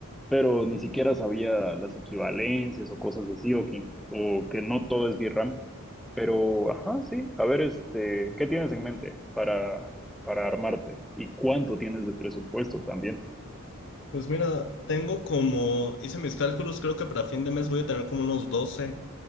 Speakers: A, in the centre; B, on the left.
A: Pero ni siquiera sabía las equivalencias o cosas así, o que, o que no todo es VRAM. Pero, ajá, sí. A ver, este, ¿qué tienes en mente para, para armarte? ¿Y cuánto tienes de presupuesto también?
B: Pues mira, tengo como, hice mis cálculos, creo que para fin de mes voy a tener como unos 12.